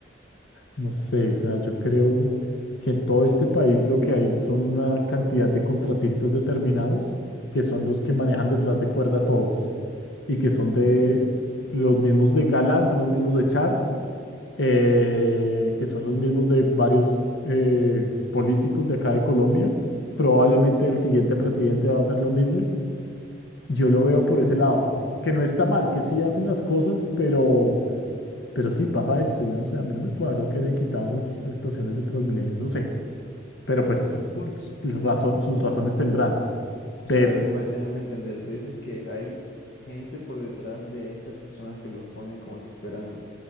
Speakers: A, on the left (about 80°); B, on the left (about 60°).
A: no sé, o sea, yo creo que en todo este país lo que hay son una cantidad de contratistas determinados que son los que manejan detrás de cuerda a todos y que son de los mismos de Galán, son los mismos de Char, eh, que son los mismos de varios eh, políticos de acá de Colombia. Probablemente el siguiente presidente va a hacer lo mismo. Yo lo veo por ese lado, que no está mal, que sí hacen las cosas, pero, pero sí pasa esto. Yo no sé, a mí no me cuadró que hayan quitado esas estaciones de Transmilenio, no sé, pero pues eh, por s- razón, sus razones tendrán.
B: O
A: Pero,
B: sea, a ver, déjame, déjame entender. Tú dices que hay gente por detrás de estas personas que los ponen como si fueran